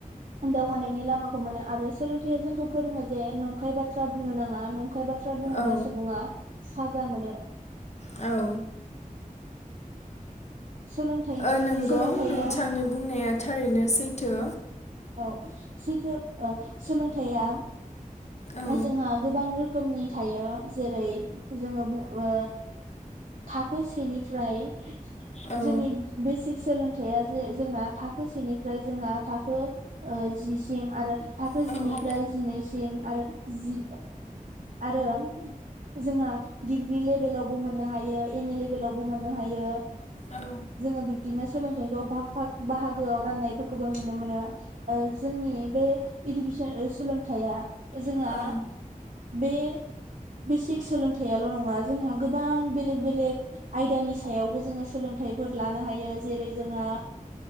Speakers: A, on the right; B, on the left.
A: दावगानायनि लामाखौ मोनो आरो सोलोंथाइया जोंखौ फोरोङो जे नंखाय बाथ्रा बुंनो नाङा नं खाय बाद बाथ्रा बुङोब्ला
B: औ
A: सुबुङा साजा मोनो
B: औ
A: सोलोंथाइ
B: ओ नोंगौ
A: सोलोंथाइया
B: नोंथांनि बुंनाया थारैनो सै थो
A: औ सैथो ओ सोलोंथाइया
B: औ
A: जोंहा गोबां रोख खोमनि थायो। जेरै जोङो बुंओ थाखो सेनि फ्राय
B: औ
A: जोंनि बेसिक सोलोंथाइया जे जोंना थाखो सेनिफ्राय जोंहा थाखो ओ जिसिम आरो थाखो
B: औ नंगौ
A: जिनिफ्राय जिनैसिम आरो जि आरो जोंहा डिग्रि लेबेलावबो मोननो हायो एम ए लेबेलावबो मोननो हायो।
B: औ
A: जोङो बिबदिनो सोलोंथाइखौ भाग भाग बाहागोआव राननायफोरखौबो नुनो मोनो। जोंनि बे इडुकेसन ओ सोलोंथाइया जोंहा
B: औ
A: बे बेसिक सोलोंथाइयाल' नङा जोंहा गोबां बेलेग बेलेग आयदानि सायावबो जोंङो सोलोंथाइफोर लानो हायो जेरै जोंहा